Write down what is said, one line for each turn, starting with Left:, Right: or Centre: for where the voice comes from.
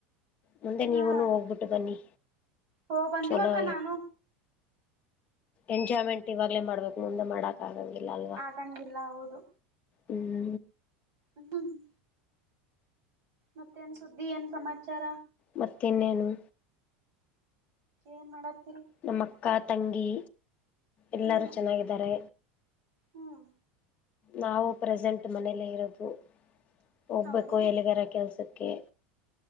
Left: ಮುಂದೆ ನೀವುನು
Right: ಹಾ
Left: ಹೋಗ್ಬಿಟ್ಟು ಬನ್ನಿ
Right: ಹೋ ಬಂದಿವಕ್ಕ
Left: ಚಲೋ
Right: ನಾನು
Left: ಎಂಜಾಯ್ಮೆಂಟ್ ಇವಾಗ್ಲೇ ಮಾಡ್ಬೇಕು ಮುಂದೆ ಮಾಡಕ್ ಆಗಂಗಿಲ್ಲ ಅಲ್ವಾ
Right: ಆಗಂಗಿಲ್ಲ ಹೌದು
Left: ಹ್ಮ್
Right: ಹ್ಮ್, ಹ್ಮ್ ಮತ್ತೇನ್ ಸುದ್ದಿ ಏನ್ ಸಮಾಚಾರ,
Left: ಮತ್ತೆ ಇನ್ನೆನು.
Right: ಏನ ಮಾಡತ್ತೀರಿ,
Left: ನಮ್ಮ ಅಕ್ಕಾ, ತಂಗಿ, ಎಲ್ಲಾರು
Right: ಹ್ಮ್
Left: ಚೆನ್ನಾಗಿದ್ದಾರೆ.
Right: ಹ್ಮ್
Left: ನಾವು ಪ್ರೆಸೆಂಟ್ ಮನೇಲೆ ಇರೋದು ಹೋಗ್ಬೇಕು
Right: ಹೌದೇನು
Left: ಎಲಿಗಾರ ಕೆಲ್ಸಕ್ಕೆ,